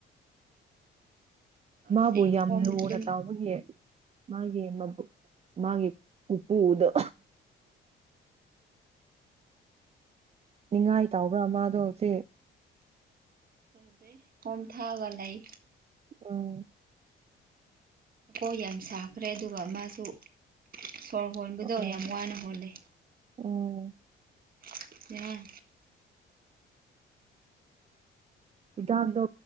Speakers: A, on the right; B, on the right.
A: ꯑꯁꯤ
B: ꯃꯥꯕꯨ ꯌꯥꯝ
A: ꯈꯣꯝ
B: ꯂꯨꯅ
A: ꯑꯗꯨꯝ
B: ꯇꯧꯕꯒꯤ ꯃꯥꯒꯤ ꯃꯕꯨꯛ ꯃꯥꯒꯤ ꯄꯨꯄꯨꯗꯣ ꯅꯤꯡꯉꯥꯏ ꯇꯥꯎꯕ꯭ꯔꯥ ꯃꯥꯗꯣ ꯍꯧꯖꯤꯛ
A: ꯇꯧꯗꯦ ꯈꯣꯝ ꯊꯛꯑꯒ ꯂꯩ
B: ꯎꯝ
A: ꯀꯣꯛ ꯌꯥꯝ ꯁꯥꯈ꯭ꯔꯦ ꯑꯗꯨꯒ ꯃꯥꯁꯨ ꯁꯣꯔ ꯍꯣꯟꯕꯗꯣ
B: ꯎꯝ
A: ꯌꯥꯝ ꯋꯥꯅ ꯍꯣꯜꯂꯦ
B: ꯎꯝ
A: <unintelligible> ꯌꯥꯏ
B: ꯍꯤꯗꯥꯛꯇꯣ